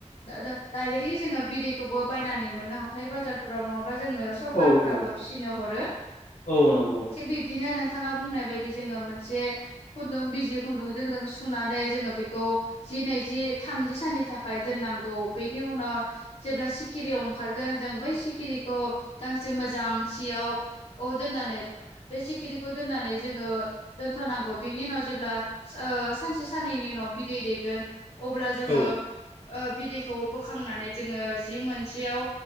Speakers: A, on the left; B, on the left.
A: द डाइरेक्टलि जोङो बिदैखौबो बायनानै मोननो हाथाय बाजारफोराव नङा -- बा जोंनो सरखारफोराबो
B: औ औ
A: फिसिनो हरो
B: औ नंगौ
A: थि बिबदिनो नोंथाङा बुंनाय बायदि जोङो मोनसे खुन्दुं बिजि खुन्दुंजों जों सुनानै जोङो बेखौ जि नैजि थामजि सानै थाखाय दोननांगौ बेनि उनाव जेब्ला सिखिरिया ओंखारगोन जों बै सिखिरिखौ गांसे मोजां सियाव दोननानै बे सिखिरिखौ दोननानै जोङो दोनथ - -नांगौ बिनि उनाव जेब्ला ओ सानसे साननैनि उनाव बिदै दैेगोन अब्ला जोङो
B: औ
A: बिदैखौ बोखांनानै जोङो जि मोनसेयाव